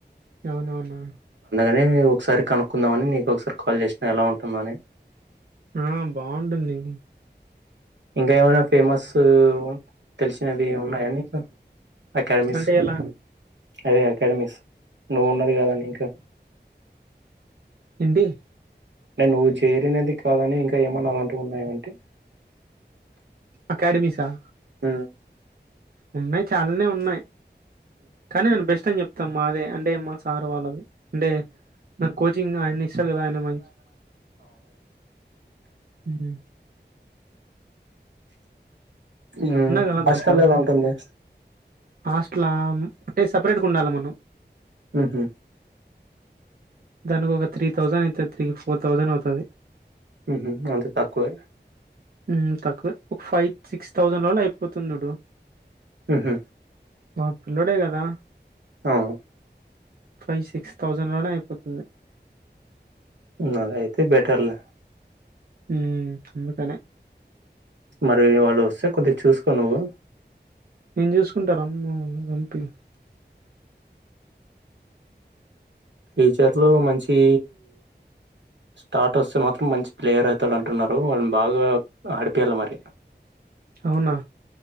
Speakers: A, on the right; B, on the right.
A: అవునవునా
B: నీ ఒకసారి కనుక్కుందామని నీకు ఒకసార్ కాల్ చేసినా ఎలా ఉంటుందో అని
A: ఆ బాగుంటుంది
B: ఇంకా ఏమైనా ఫేమస్సు తెలిసినవి ఉన్నాయా నీకు అకాడమిస్
A: అంటే ఎలా
B: అదే అకాడమిస్ నువ్వు ఉన్నది గదా అండి ఇంక
A: ఇండి
B: నే నువ్వు చేరినది కాలని ఇంకా ఏమన్నా అలాంటివి ఉన్నాయా అంటి
A: అకాడమీసా
B: ఉ
A: ఉన్నాయ్ చాలానే ఉన్నాయ్ కానీ నేను బెస్ట్ అని జెప్తాం మాదే అంటే మా సారు వాళ్ళది అంటే నన్ కో చింగ్ ఆయన ఇస్సరు గదా ఆయన మంచి ఊ
B: ఊ
A: కదా దాంట్లో
B: ఒస్తలేదంటుంది
A: హాస్టల్ అంటే సపరేట్గా ఉండాలి మనం
B: ఉహు
A: దాని ఒక త్రీ థౌజన్ అయితది త్రీ ఫోర్ థౌసన్ అవుతది
B: ఉహు అంత తక్కువే
A: ఊ తక్కువే ఒక ఫై సిక్స్ థౌజండ్ లల్ల అయిపోతుందుడు
B: ఉహు
A: మా పిల్ల్లోడే గదా
B: ఆ
A: ఫై సిక్స్ థౌజన్ లోనే అయిపోతుంది
B: ఊ అలా అయితే బెటర్ లే
A: హూ అందుకనేే
B: మరీ వాళ్ళు వస్తే కొద్దిగ చూసుకో నువ్వు
A: నేన్ జూసుకుంటా రమ్ము వంపి
B: ఫ్యూచర్ లో మంచీ స్టార్ట్ వస్తే మాత్రం మంచి ప్లేయర్ అవుతాడు అంటున్నారు వాళ్ళని బాగా ఆడిపయాలి మరి
A: అవునా